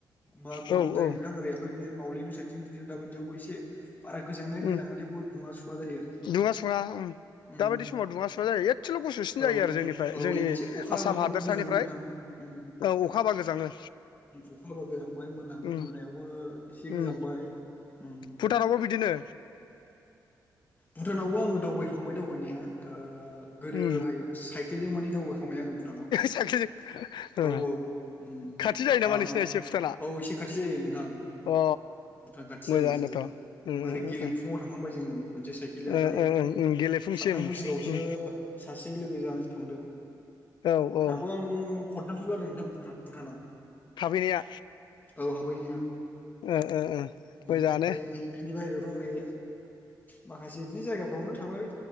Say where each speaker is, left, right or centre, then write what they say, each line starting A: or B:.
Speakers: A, on the left; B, on the left.
A: मा गरम
B: औ
A: जायो
B: औ
A: नोंथां ओरै ओमफ्राय बे मावलिंनि साइडजों बिदिनो दाबायदियावबो एसे बारा गोजांनाया
B: उम
A: गोजाङा थेवबो दुङा सुवा जायो आरोखि
B: दुङा सुङा उम
A: उम
B: दाबायदि समाव दुंआ सुआ जायो एसेल' गुसुसिन
A: औ
B: जायो आरो जोंनि ओमफ्राय
A: औ
B: जोंनि
A: एसे अखा
B: आसाम
A: हाबा खिन्थु
B: हादोरसानिफ्राय
A: गोजाङो नोंथां उम
B: अखा हाबा गोजाङो
A: अखा हाबा गोजांबाय मोना
B: उम
A: मोनायावबो एसे
B: उम
A: गोजांबाय उम
B: भुटानावबो बिदिनो
A: भुटानावबो आङो दावबायखांबाय दावबायनाया गोदोहाय
B: उम
A: स साइखेलजों मानिे दावबायखांबाय आङो भुटानाव
B: साख्रिजों ओ
A: औ औ
B: खाथि जायो नामा नोंसिना एसे भुटाना
A: औ एसे खाथि जायो नोंथां भुटान
B: अ
A: खाथि
B: मोजाङानोथ'
A: जायो एसे
B: उम
A: मोरै
B: उम उम
A: गेलेमफुङाव
B: उम
A: थांखांबाय जों खनसे साइकेलजों ओमफ्राय
B: ओ ओ ओं ओं गेलेफुंसिम
A: थांनाय बोसोरावसो
B: उम
A: सासे लोगोजों थांदो
B: औ औ
A: दाबो आं खनथामसो जादों नोंथां भुटानाव
B: थाफैनाया
A: आ हाबैनाया
B: ओ ओ ओ मोजाङानो
A: ओमफ्राय बिनि बाहेरायाव ओरै माखासे बिदिनो जायगाफ्रावनो थांबायै